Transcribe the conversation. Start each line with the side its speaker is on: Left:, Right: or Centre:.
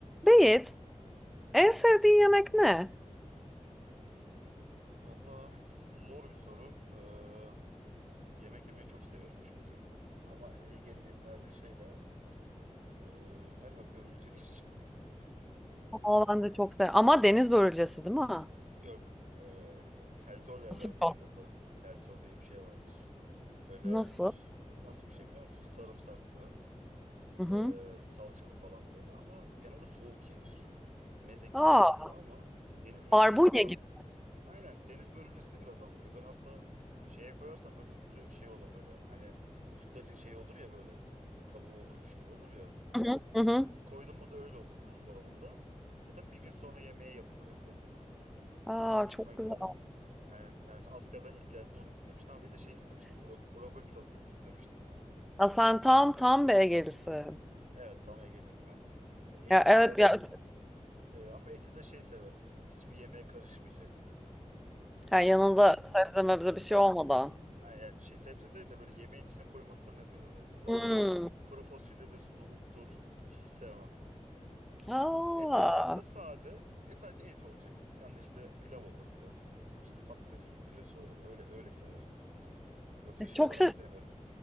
Centre: Beyit, en sevdiğin yemek ne?
Right: Valla zor bir soru. Ee, yemek yemeyi çok severim çünkü. Ama Ege'liğin verdiği şeyle ee, galiba börülce <laughs> diyeceğim.
Centre: Aa, ben de çok seviyorum. Ama deniz börülcesi değil mi?
Right: Yok. Ee, yani teltor derler
Centre: Nasıl?
Right: bizim
Centre: yok?
Right: burada. Teltor diye bir şey vardır. Böyle
Centre: Nasıl?
Right: ş- nasıl bir şey biliyor musun? Sarımsaklı,
Centre: Hı hı.
Right: ee, salçalı falan böyle. Ama genelde soğuk yenir. Meze gibi
Centre: Aa,
Right: aslında ama deniz börülcüsünü
Centre: barbunya
Right: biraz
Centre: gibi.
Right: Aynen deniz börülcesini biraz andırıyor. Böyle hatta şeye koyarsan böyle üstü şey olur böyle. Hani sütlacın şeyi olur ya böyle. Kabuğu olurmuş gibi olur ya.
Centre: Hı hı. Hı hı.
Right: Onu koydun mu da öyle olur buzdolabında. Zaten bir gün sonra yemeğe yapılır hep o.
Centre: Aa,
Right: Çok hoşuma
Centre: çok
Right: gider
Centre: güzel.
Right: o. Aynen. Yani mesela askerden ilk geldiğimde onu istemiştim ama bir de şey istemiştim. Brok- brokoli salatası istemiştim.
Centre: Ya sen tam tam bir Egelisin.
Right: Evet tam Ege'liyim ya. Ya Eti
Centre: Ya
Right: severim
Centre: evet ya,
Right: e, ama eti de şey severim. Hiçbir yemeğe karışmayacak. Hani,
Centre: ya yanında
Right: ye-
Centre: sebze mebze bir şey olmadan.
Right: hani yani şey sebze değil de böyle yemeğin içine koymaktan nefret ederim. Mesela
Centre: Hmm.
Right: Kuru fasulyedir, nohuttur. Hiç sevmem.
Centre: Aa,
Right: Et olacaksa sade. E sadece et olacak. Yani işte pilav olur biraz. İşte patates püresi olur. Öyle öyle severim. Yoksa
Centre: e,
Right: şey
Centre: çok
Right: olarak sevmiyorum.